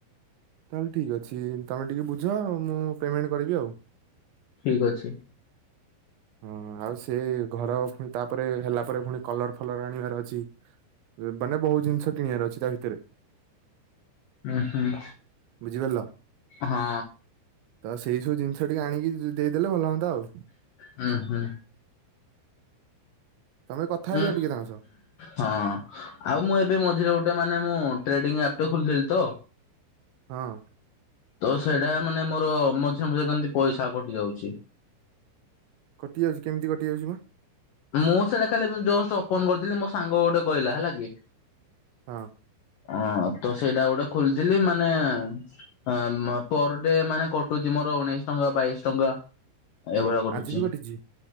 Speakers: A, on the right; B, on the left.
A: ତାହେଲେ ଠିକ୍ ଅଛି ତୁମେ ଟିକେ ବୁଝ ମୁଁ ପେମେଣ୍ଟ କରିବି ଆଉ।
B: ଠିକ ଅଛି।
A: ହଁ ଆଉ ସେ ଘର ପୁଣି ତାପରେ ହେଲା ପରେ ପୁଣି କଲର ଫଲର ଆଣିବାର ଅଛି। ମାନେ ବହୁତ ଜିନିଷ କିଣିବାର ଅଛି ତା ଭିତରେ।
B: ହୁଁ ହୁଁ।
A: ବୁଝିପାରିଲ
B: ହଁ
A: ତ ସେଇ ସବୁ ଜିନିଷ ଟିକେ ଆଣିକି ଦେଇଦେଲେ ଭଲ ହୁଅନ୍ତା ଆଉ।
B: ହୁଁ ହୁଁ।
A: ତମେ କଥା ହେଇଯାଅ
B: ଉଁ
A: ଟିକେ ତାଙ୍କ ସହ।
B: ହଁ ଆଉ ମୁଁ ଏବେ ମଝିରେ ଗୋଟେ ମାନେ ମୁଁ ଟ୍ରେଡିଙ୍ଗ ଆପ୍ ଟା ଖୋଲିଥିଲି ତ
A: ହଁ
B: ତ ସେଇଟା ମାନେ ମୋର ମଝିରେ ମଝିରେ ଏମିତି ପଇସା କଟି ଯାଉଛି। <inaudible>
A: କଟିଯାଉଛି କେମିତି କଟିଯାଉଛି ବା।
B: ମୁଁ ସେଇଟା ଖାଲି ଜଷ୍ଟ ଓପନ କରିଥିଲି ମୋ ସାଙ୍ଗ ଗୋଟେ କହିଲା ହେଲା କି।
A: ହଁ।
B: ଅ ତ ସେଇଟା ଗୋଟେ ଖୋଲିଥିଲି ମାନେ ଆଃ ପର ଡେ ମାନେ କଟୁଛି ମୋର ଉଣେଇଶି ଟଙ୍କା ବାଇଶି ଟଙ୍କା। ଏଭଳିଆ କଟୁଛି
A: ଆଜି ବି କଟିଛି